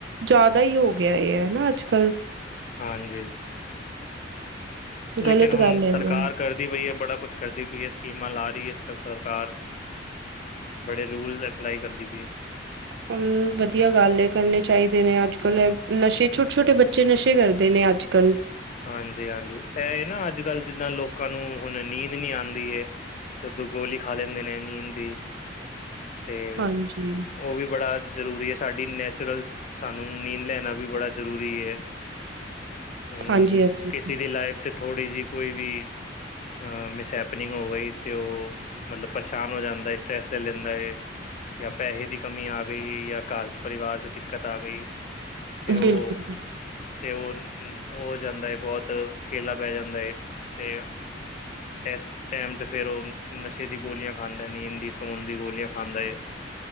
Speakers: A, on the right; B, on the left.
A: ਜਾਦਾ ਈ ਓ ਗੇਆ ਏ <unintelligible> ਹਨਾ ਅੱਜ-ਕੱਲ
B: ਹਾਂਜੀ।
A: ਗ਼ਲਤ
B: ਲੇਕੇਨ ਹੁਨ
A: ਗੱਲ ਹੈ
B: ਸਰਕਾਰ
A: ਜਾਂ
B: ਕਰ ਕੀ ਵਈ ਏ ਬੜਾ ਕੁਛ ਕਰਦੀ ਪੇਈ ਹੈ ਸਕੀਮਾਂ ਲਾ ਰਹੀ ਹੈ ਸਖਰਕਾਰ। ਬੜੇ ਲੂਲਸ ਐਪਲਾਈ ਕਰਦੀ ਪਈ ਐ।
A: ਹਮ ਵਧੀਆ ਗੱਲ ਏ ਕਰਨੇ ਚਾਈਦੇ ਨੇ ਅੱਜ ਕਲ ਏ ਨਸ਼ੇ
B: ਹਾਂਜੀ
A: ਛੋਟ-ਛੋਟੇ ਬਚ। ਬੱਚੇ ਨਸ਼ੇ ਕਰਦੇ ਨੇ ਅੱਜ-ਕੱਲ।
B: ਹਾਂਜੀ-ਹਾਂਜੀ ਐਹੇ ਨਾ ਅੱਜ-ਕੱਲ ਜਿੰਨਾ ਲੋਕਾਂ ਨੂੰ ਹੁਨ ਨੀਂਦ ਨੀ ਆਂਦੀ ਏ- ਤੇ ਦੋ <unintelligible> ਗੋਲੀ ਖਾ ਲੈਂਦੇ ਨੇ ਨੀਂਦ ਦੀ ਤੇ-
A: ਹਾਂਜੀ
B: ਓ ਵੀ ਵੜਾ ਜਰੂਰੀ ਏ ਸਾਡੀ ਨੈਚੁਰਲ ਸਾਨੂੰ ਨੀਂਨ ਲੈਨਾ ਵੀ ਵੜਾ ਜ਼ਰੂਰੀ ਏ। ਹੁ <unintelligible>
A: ਹਾਂਜੀ ਹਾਂਜੀ
B: ਕਿਸੀ ਦੀ ਲਾਈਫ ਚ' ਥੋੜੀ ਜੇਹੀ ਕੋਈ ਵੀ ਅ ਮਿਸ ਹੈਪਨਿੰਗ ਹੋ ਗਈ ਤੇ ਉਹ ਮਲਬ ਪਰਸ਼ਾਨ ਹੋ ਯਾਦਾ ਹੈ। ਸਟਰ੍ਰੈਸ ਲੈ ਲੈਂਦਾ ਹੈ ਯਾ ਪੈਹੇ ਦੀ ਕਮੀ ਆ ਗਈ ਯਾਂ ਘਰ ਚ' ਪਰਿਵਾਸ ਚ' ਦਿਕ ਕਤ ਆ ਗਈ ਤੇ ਉਹ-ਤੇ
A: ਬਿਲਕੁਲ
B: ਉਹ। ਹੋ ਜਨਦਾ ਏ ਬਹੁਤ ਕੇਲਾ ਪੈ ਜਾਦਾ ਹੈ। ਤੇ ਐਸ ਟੈਮ ਚ ਫੇਰ ਓ ਨਸ਼ੇ ਦੀ ਗੋਲੀਆਂ ਖਾਂਦਾ ਨੀਂਦ ਦੀ ਸੌਨ ਦੀ ਗੋਲੀਆਂ ਖਾਂਦਾ ਏ।